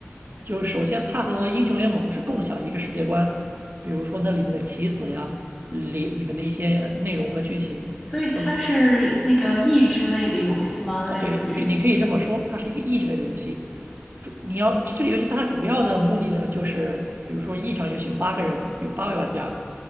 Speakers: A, on the right; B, on the left.
A: 就首先它和英雄联盟是共享一个世界观，比如说那里面的棋子呀，里里面的一些内容和剧情都
B: <laughs> 所以它是那个益智类的游戏吗？
A: 啊，
B: 类似于，
A: 对，可你可以这么说，它是一个益智类的游戏。主你要这个游戏它主要的目的呢，就是比如说一场游戏有八个人，有八位玩家，